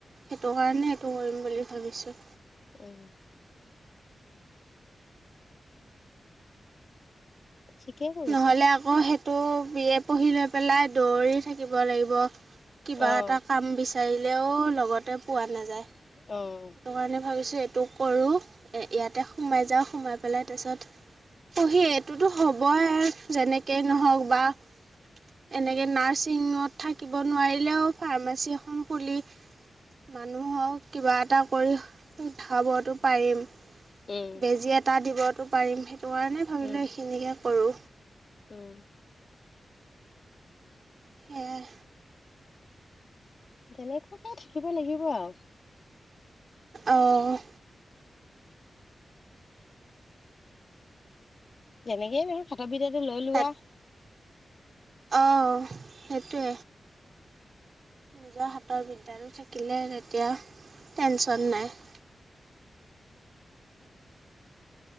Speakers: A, on the right (about 45°); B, on the left (about 40°).
A: সেইটো কাৰণে সেইটো কৰিম বুলি ভাবিছোঁ।
B: উম ঠিকেই কৰিছে
A: নহলে আকৌ সেইটো বিএ পঢ়ি লৈ পেলাই দৌৰি থাকিব লাগিব। কিবা
B: অ
A: এটা কাম বিচাৰিলেও লগতে পোৱা নাযায়।
B: অ',
A: সেইটো কাৰণে ভাবিছোঁ এইটো কৰোঁ ইয়াতে সোমাই যাওঁ সোমাই পেলাই তাৰপিছত- পঢ়ি এইটোতো হ'বই যেনেকেই নহওক বা- এনেকে নাৰ্ছিঙত, থাকিব নোৱাৰিলেও ফাৰ্মাচী, এখন খুলি- মানুহক কিবা এটা- কৰি উঠাবটো পাৰিম
B: উম,
A: বেজী এটা দিবতো পাৰিম সেই সেইটো কাৰণে ভাবিলোঁ
B: উম,
A: এইখিনিকে কৰোঁ।
B: উম
A: সেয়াই
B: তেনেকুৱাকে থাকিব লাগিব আৰু
A: অঁ
B: যেনেকেই নহওক হাতৰ বিদ্যাটো লৈ লোৱা
A: তাত অঁ সেইটোৱে নিজৰ হাতৰ বিদ্যাটো থাকিলে তেতিয়া টেনচন নাই। <inaudible>